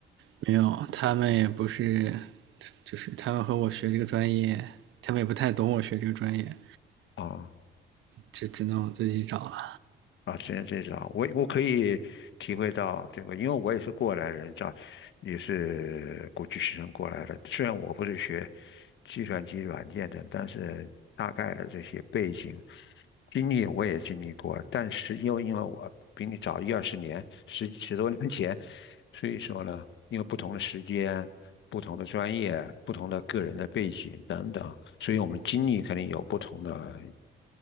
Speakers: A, on the right (about 80°); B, on the left (about 70°).
A: 没有，他们也不是，就是他们和我学这个专业，他们也不太懂我学这个专业，
B: 啊、哦
A: 就只能我自己找了。
B: 啊，只能这种，我我可以体会到这个，因为我也是过来人，这样也是国际学生过来的。虽然我不是学计算机软件的，但是大概的这些背景经历我也经历过。但是因为因为我比你早一二十年，十十多年前，所以说呢，因为不同的时间、不同的专业、不同的个人的背景等等，所以我们经历肯定有不同的，